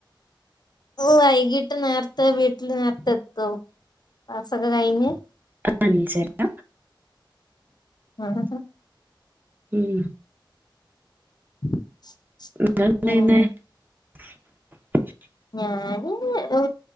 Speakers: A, on the left; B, on the right.
A: ഓ വൈകീട്ട് നേരത്തെ വീട്ടിൽ നേരത്തെ എത്തോ ക്ലാസൊക്കെ കഴിഞ്ഞ്?
B: അഞ്ചര
A: ആഹ
B: ഉം
A: <unintelligible>
B: <unintelligible>
A: പിന്നെ ഞാന് ഉ